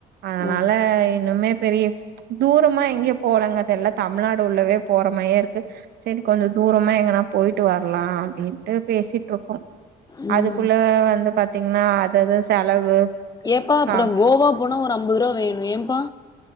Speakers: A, on the right (about 70°); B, on the left (about 20°).
A: அதனால
B: ஆ
A: இன்னுமே பெரிய தூரமா எங்கியு போலங்க இப்ப எல்லா தமிழ்நாடு உள்ளவே போற மாயே இருக்கு செரி கொஞ்சொ தூரமா எங்கனா போயிட்டு வர்லா அப்டின்ட்டு பேசிட்ருக் கோ
B: ம்
A: அதுக்குள்ள வந்து பாத்தீங்ன்னா அது அது செலவு
B: ஏப்பா அப்ற
A: ஆ
B: கோவா போனா ஒரு அம்பதுருவா வேணு ஏம்ப்பா